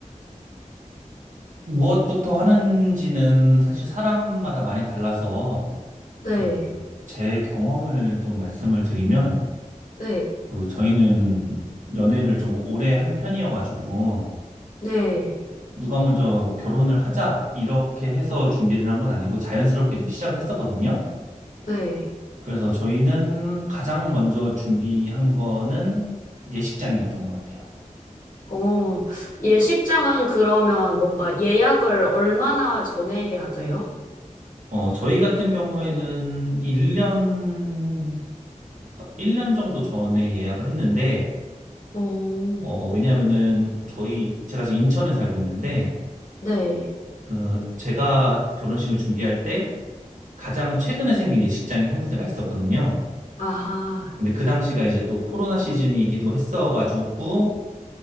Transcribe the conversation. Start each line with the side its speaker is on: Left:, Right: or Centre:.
Right: 무엇부터 하는지는 사실 사람마다 많이 달라서
Left: 네.
Right: 그 제 경험을 좀 말씀을 드리면
Left: 네.
Right: 그 저희는 연애를 조금 오래 한 편이어가지고
Left: 네.
Right: 누가 먼저 결혼을 하자 이렇게 해서 준비를 한 건 아니고 자연스럽게 좀 시작을 했었거든요.
Left: 네.
Right: 그래서 저희는 가장 먼저 준비한 거는 예식장이었던 것 같아요.
Left: 어, 예식장은 그러면 뭔가 예약을 얼마나 전에 해야 돼요?
Right: 어, 저희 같은 경우에는 일년 1년 정도 전에 예약을 했는데
Left: 어,
Right: 어, 왜냐면은 저희 제가 지금 인천에 살고 있는데
Left: 네.
Right: 그 제가 결혼식을 준비할 때 가장 최근에 생긴 예식장이 한 군데가 있었거든요.
Left: 아하,
Right: 근데 그 당시가 이제 또 코로나 시즌이기도 했어가지고